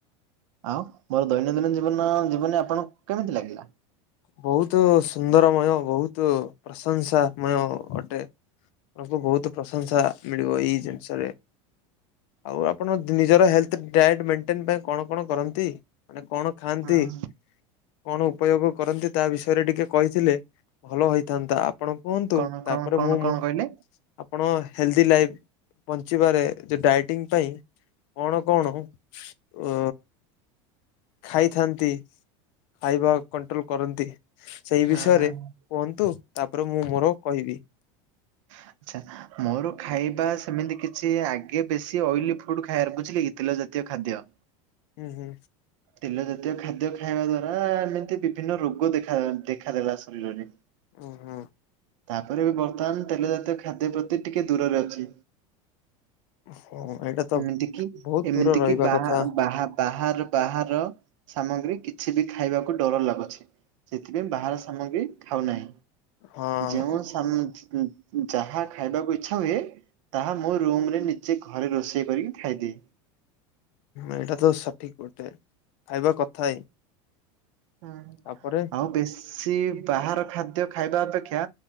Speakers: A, on the right (about 75°); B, on the left (about 65°).
A: ଆଉ ମୋର ଦୈନନ୍ଦିନ ଜୀବନ ଜୀବନ ଆପଣଙ୍କୁ କେମିତି ଲାଗିଲା?
B: ବହୁତ ସୁନ୍ଦରମୟ ବହୁତ ପ୍ରଶଂସାମୟ ଅଟେ। ଆଙ୍କୁ ବହୁତ ପ୍ରଶଂସା ମିଳିବ ଏଇ ଜିନିଷରେ ଆଉ ଆପଣ ନିଜର ହେଲ୍ଥ ଡାଏଟ୍ ମେଣ୍ଟେନ ପାଇଁ କଣ କଣ କରନ୍ତି? ମାନେ କଣ ଖାଆନ୍ତି
A: ହଁ।
B: କଣ ଉପଯୋଗ? କରନ୍ତି ତା ବିଷୟରେ ଟିକେ କହିଥିଲେ ଭଲ ହେଇଥାନ୍ତା ଆପଣ। କୁହନ୍ତୁ
A: କଣ କଣ
B: ତାପରେ
A: କଣ
B: ମୁଁ
A: କଣ କହିଲେ?
B: ଆପଣ ହେଲ୍ଦି ଲାଇଫ୍ ବଞ୍ଚିବାରେ ଯେ ଡାଇଟିଂ ପାଇଁ କଣ କଣ? ଓ ଖାଇଥାନ୍ତି ଖାଇବା କଣ୍ଟ୍ରୋଲ କରନ୍ତି। ସେଇ
A: ହଁ
B: ବିଷୟରେ
A: ହଁ ଆଚ୍ଛା
B: କୁହନ୍ତୁ ତାପରେ ମୁଁ ମୋର କହିବି।
A: ଆଛା ମୋର ଖାଇବା ସେମିତି କିଛି ଆଗେ ବେଶି ଅଏଲି ଫୁଡ ଖାଇବାର ବୁଝିଲେ କି ତେଲ ଖାଦ୍ୟ
B: ହୁଁ ହୁଁ।
A: ତେଲ ଜାତୀୟ ଖାଦ୍ୟ ଖାଇବା ଦ୍ଵାରା ଏମିତି ବିଭିନ୍ନ ରୋଗ ଦେଖା ଦେଖାଦେଲା ଶରୀରରେ
B: ଓ ହୁଁ।
A: ତାପରେ ବି ବର୍ତ୍ତମାନ ତେଲ ଜାତୀୟ ଖାଦ୍ୟ ପ୍ରତି ଟିକେ ଦୂରରେ ଅଛି।
B: ହଁ ଏଇଟା ତ
A: ଏମିତି କି
B: ବହୁତ
A: ଏମିତି
B: ଦୂର ରହିବା
A: କି ବା
B: କଥା
A: ବା ବାହାର ବାହାର ସାମଗ୍ରୀ କିଛି ବି ଖାଇବାକୁ ଡର ଲାଗୁଛି। ସେଥିପାଇଁ ବାହାର ସାମଗ୍ରୀ ଖାଉ ନାହିଁ।
B: ହଁ।
A: ଯେଉଁ ସାମ ଯାହା ଖାଇବାକୁ ଇଛା ହୁଏ ତାହା ମୁ ରୁମରେ ନିଜେ ଘରେ ରୋଷେଇ କରିକି ଖାଇଦିଏ।
B: ଏଇଟା ତ ସଠିକ ଗଟେ ଖାଇବା କଥା ହିଁ।
A: ହୁଁ
B: ତାପରେ
A: ଆଉ ବେଶୀ ବାହାର ଖାଦ୍ୟ ଖାଇବା ଅପେକ୍ଷା